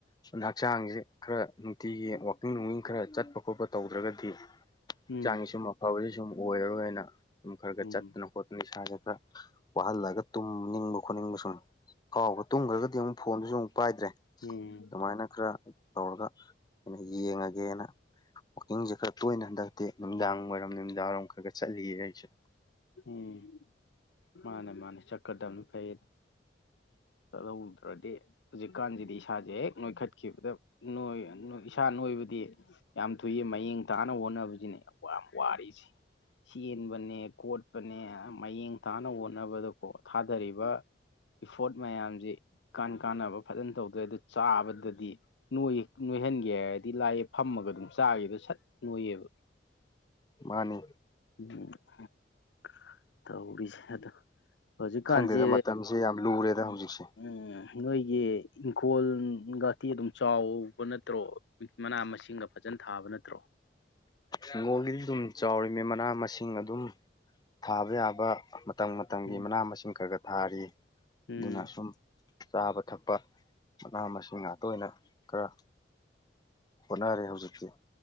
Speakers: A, on the left; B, on the left.
A: ꯑꯗꯨꯅ ꯍꯛꯆꯥꯡꯁꯦ ꯈꯔ ꯅꯨꯡꯇꯤꯒꯤ ꯋꯥꯛꯀꯤꯡ ꯅꯨꯡꯀꯤꯡ ꯈꯔ ꯆꯠꯄ ꯈꯣꯠꯄ ꯇꯧꯗ꯭ꯔꯥꯒ ꯗꯤ ꯍꯛꯆꯥꯡ
B: ꯎꯝ
A: ꯁꯨꯝ ꯑꯐꯕꯗꯤ ꯁꯨꯝ ꯑꯣꯏꯔꯔꯣꯏꯅ ꯁꯨꯝ ꯈꯔ ꯈꯔ
B: ꯎꯝ
A: ꯆꯠꯇꯅ ꯈ‌ꯣꯠꯇꯅ ꯏꯁꯥꯁ‌ꯦ ꯈꯔ ꯋꯥꯍꯜꯂꯒ ꯇꯨꯝꯅꯤꯡꯕ ꯈꯣꯠꯅꯤꯡꯕ ꯁꯨꯝ ꯐꯥꯎꯕ ꯇꯨꯝꯒ꯭ꯔꯥꯒꯗꯤ ꯑꯃꯨꯛ ꯐꯣꯟꯗꯨꯁꯨ ꯑꯃꯨꯛ ꯄꯥꯏꯗ꯭ꯔꯦ
B: ꯎꯝ
A: ꯑꯗꯨꯃꯥꯏꯅ ꯈꯔ ꯇꯧꯔꯒ ꯑꯩꯅ ꯌꯦꯡꯉꯒꯦꯅ ꯋꯥꯛꯀꯤꯡꯁꯦ ꯈꯔ ꯇꯣꯏꯅ ꯍꯟꯗꯛꯇꯤ ꯅꯨꯃꯤꯗꯥꯡ ꯋꯥꯏꯔꯝ ꯅꯨꯃꯤꯗꯥꯡ ꯋꯥꯏꯔꯝ ꯈꯔ ꯈꯔ ꯆꯠꯂꯤꯌꯦ ꯑꯩꯁꯨ
B: ꯎꯝ ꯃꯥꯅꯦ ꯃꯥꯅꯦ ꯆꯛꯀꯗꯝꯅꯤ ꯐꯩ ꯆꯠꯍꯧꯗ꯭ꯔꯥꯗꯤ ꯍꯧꯖꯤꯛꯀꯥꯟꯁꯤꯗꯤ ꯏꯁꯥꯁꯦ ꯍꯦꯛ ꯅꯣꯏꯈꯠꯈꯤꯕꯗ ꯅ‌ꯣꯏ ꯅ‌ꯣꯏ ꯏꯁꯥ ꯅꯣꯏꯕꯗꯤ ꯌꯥꯝ ꯊꯨꯏꯌ‌ꯦ ꯃꯌꯦꯡ ꯇꯥꯅꯕ ꯍꯣꯠꯅꯕꯁꯤꯅꯦ ꯌꯥꯝ ꯋꯥꯔꯤꯁꯤ ꯆꯦꯟꯕꯅꯦ ꯈꯣꯠ ꯄꯅꯦ ꯃꯌꯦꯡ ꯇꯥꯅꯕ ꯍꯣꯠꯅꯕꯗꯀꯣ ꯊꯥꯗꯔꯤꯕ ꯏꯐꯣꯔꯠ ꯃꯌꯥꯝꯁꯦ ꯏꯀꯥꯟ ꯀꯥꯟꯅꯕ ꯐꯖꯅ ꯇꯧꯗ꯭ꯔꯗꯤ ꯆꯥꯕꯗ ꯗꯤ ꯅꯣꯏ ꯅꯣꯏꯍꯟꯒꯦ ꯍꯥꯏꯔꯗꯤ ꯂꯥꯏꯌꯦ ꯐꯝꯃꯒ ꯑꯗꯨꯝ ꯆꯥꯒꯤꯕꯗ ꯁꯠ ꯅꯣꯏꯌꯦꯕ
A: ꯃꯥꯅꯤ
B: <unintelligible> ꯇꯧꯔꯤꯁꯦ ꯑꯗꯣ ꯍꯧꯖꯤꯛꯀꯥꯟꯁꯦ
A: ꯈꯪꯗꯦꯗ ꯃꯇꯝꯁꯦ ꯌꯥꯝ ꯂꯨꯔꯦꯗ
B: ꯎꯝ
A: ꯍꯧꯖꯤꯛꯁꯦ
B: ꯎꯝ ꯅꯣꯏꯒꯤ ꯏꯪꯈꯣꯜꯒ ꯇꯤ ꯑꯗꯨꯝ ꯆꯥꯎꯕ ꯅꯠꯇ꯭ꯔꯣ ꯃꯅꯥ ꯃꯁꯤꯡꯒ ꯐꯖꯅ ꯊꯥꯕ ꯅꯠꯇ꯭ꯔꯣ
A: ꯍꯤꯡꯒꯣꯜꯒꯤꯗꯤ ꯑꯗꯨꯝ ꯆꯥꯎꯔꯤꯃꯦ ꯃꯅꯥ ꯃꯁꯤꯡ ꯑꯗꯨꯝ ꯊꯥꯕ ꯌꯥꯕ ꯃꯇꯝ ꯃꯇꯝꯒꯤ
B: ꯎꯝ
A: ꯃꯅꯥ ꯃꯁꯤꯡ ꯈꯔ ꯈꯔ ꯊꯥꯔꯤꯌ‌ꯦ
B: ꯎꯝ
A: ꯑꯗꯨꯅ ꯁꯨꯝ ꯆꯥꯕ ꯊꯛꯄ ꯃꯅꯥ ꯃꯁꯤꯡ ꯉꯥꯛꯇ ꯑꯣꯏꯅ ꯈꯔ ꯍꯣꯠꯅꯔꯦ ꯍꯧꯖꯤꯛꯇꯤ